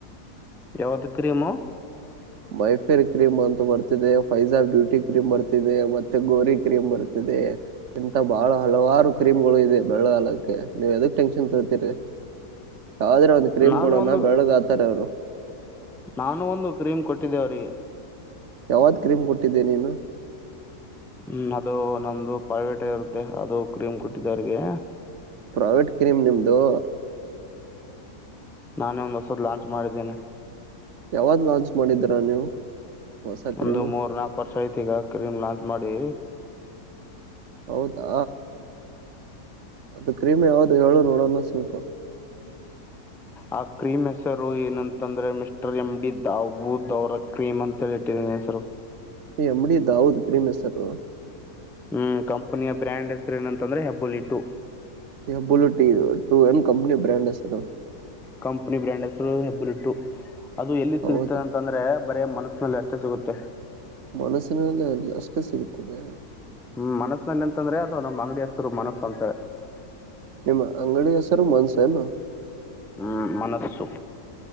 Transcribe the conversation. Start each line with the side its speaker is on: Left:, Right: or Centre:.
Centre: ಯಾವದು ಕ್ರೀಮು
Right: ಮೈಫೇರ್ ಕ್ರೀಮ್ ಅಂತ ಬರ್ತಿದೆ ಫೈಜಾ ಬ್ಯೂಟಿ ಕ್ರೀಮ್ ಬರ್ತಿದೆ ಮತ್ತೆ ಗೋರಿ ಕ್ರೀಮ್ ಬರ್ತಿದೆ ಇ ಇಂತ ಬಹಳ ಹಲವಾರು ಕ್ರೀಮ್ಗಳು ಇದೆ ಬೆಳ್ಗಗಕ್ಕೆ ನೀವ್ ಎದಕ್ ಟೆನ್ಷನ್ ತರ್ತೀರಿ ಆದ್ರೆ ಒಂದ್ ಕ್ರೀಮ್
Centre: ನಾನು
Right: ಕೊಡೋಣ
Centre: ಒಂದು
Right: ಬೆಳ್ಗ್ ಆತಾರೆ ಅವ್ರು
Centre: ನಾನು ಒಂದು ಕ್ರೀಮ್ ಕೊಟ್ಟಿದ್ದೆ ಅವ್ರಿಗೆ
Right: ಯಾವಾತ್ ಕ್ರೀಮ್ ಕೊಟ್ಟಿದ್ದೆ ನೀನು
Centre: ಹ್ಮ್ ಅದು ನಮ್ದ ಪ್ರೈವೇಟ ಇರುತ್ತೆ ಅದು ಕ್ರೀಮ್ ಕೊಟ್ಟಿದ್ದವ್ರಿಗೆ
Right: ಪ್ರಾವೇಟ್ ಕ್ರೀಮ್ ನಿಮ್ದು
Centre: ನಾನೇ ಒಂದ್ ಹೊಸದ್ ಲಾಂಚ್ ಮಾಡಿದ್ದೇನೆ
Right: ಯಾವಾಗ ಲಾಂಚ್ ಮಾಡಿದ್ದೀರಾ ನೀವು ಹೊಸ ಕ್ರೀಮು
Centre: ಒಂದು ಮೂರ್ ನಾಲ್ಕು ವರ್ಷ ಐತ್ ಈಗ ಕ್ರೀಮ್ ಲಾಂಚ್ ಮಾಡಿ
Right: ಹೌದಾ ಅದು ಕ್ರೀಮ್ ಯಾವದು ಹೇಳು ನೋಡೋಣ ಸ್ವಲ್ಪ
Centre: ಆ ಕ್ರೀಮ್ ಹೆಸರು ಏನಂತಂದ್ರೆ ಮಿಸ್ಟರ್ ಎಮ್ ಡಿ ದವು ದವ ಅವರ ಕ್ರೀಮ್ ಅಂತ ಹೇಳಿಟ್ಟಿದಿ ಹೆಸರು ತ್ತು
Right: ಅಂಬಡಿ ದಾವದ ಕ್ರೀಮೆ ಸರ್
Centre: ಹ್ಮ್ ಕಂಪನಿಯ ಬ್ರ್ಯಾಂಡ್ ಹೆಸರು ಏನಂತಂದ್ರೆ ಹೆಬ್ಬಲಿ ಇಟ್ಟು
Right: ಯ ಬುಲೂಟ ು ಎಮ ಕಂಪನ ಬ್ರ್ಯಾಂಡ ಅ
Centre: ಕಂಪನಿ ಬ್ರ್ಯಾಂಡ್ ಹೆಸರು ಹೆಬ್ಬಲಿ ಇಟ್ಟು ಅದು ಎಲ್ಲಿ ಸಿಗ್ತದೆ
Right: ಹೌದಾ
Centre: ಅಂತಂದ್ರೆ ಬರ ಮನಸ್ಸನಲ್ಲಿ ಅಷ್ಟ ಮತ್ತ ಸಿಗುತ್ತೆ
Right: ಮನಸ್ಸಿನಲ್ಲಲ್ಲ ಅಷ್ಟೇ ಸಿಗುತ್ತದೆ
Centre: ಹ್ಮ್ ಮನಸ್ಸನಲ್ಲಿ ಎಂತಂದ್ರೆ ಅದು ನಮ್ಮ್ ಅಂಗಡಿ ಹಸುರು ಮನಸ್ಸ ಅಂತ
Right: ನಿಮ್ಮ ಅಂಗಡಿ ಹೆಸರು ಮನ್ಸ ಏನು
Centre: ಹ್ಮ್ ಮನಸ್ಸು